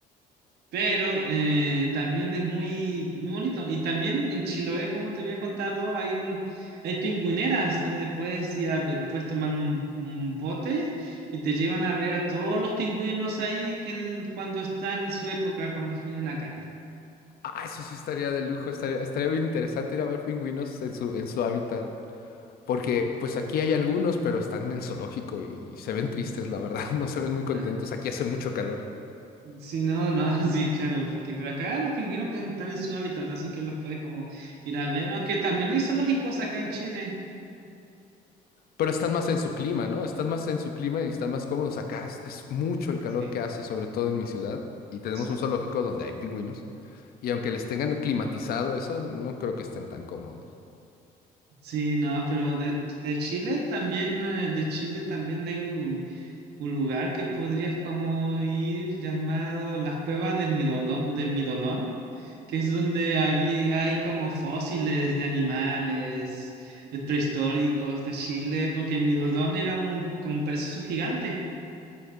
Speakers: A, on the right; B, on the left.
A: Pero eh, también es muy, muy bonito. Y también en Chiloé, como te había contado, hay un, hay pingüineras donde puedes ir a ver- puedes tomar un, un bote y te llevan a ver a todos los pingüinos ahí que el- cuando están en su época, cuando vienen acá.
B: Ah, eso sí estaría de lujo, estaría, estaría bien interesante ir a ver pingüinos en su, en su hábitat. Porque pues aquí hay algunos, pero están en el zoológico y se ven tristes, la verdad, <laughs> no se ven muy contentos.
A: No,
B: Aquí hace mucho calor,
A: sí, no, no, <laughs> sí, claro, porque pero acá los pingüinos que están en su hábitat, así que los puedes como ir a ver, aunque también hay zoológicos acá en Chile.
B: pero están más en su clima, ¿no? Están más en su clima y están más cómodos. Acá es es mucho el calor
A: Sí,
B: que hace, sobre todo en mi ciudad. Y tenemos
A: sí,
B: un zoológico donde hay pingüinos. Y aunque les tengan climatizado eso, no creo que estén tan cómodos.
A: sí, no, pero de, de Chile también, eh, de Chile también hay un lugar. un lugar que podrías como ir llamado las cuevas de midolo de Midolón, que es donde había, hay como fósiles de animales eh, prehistóricos de Chile, porque Midolón era un, como un perezoso gigante.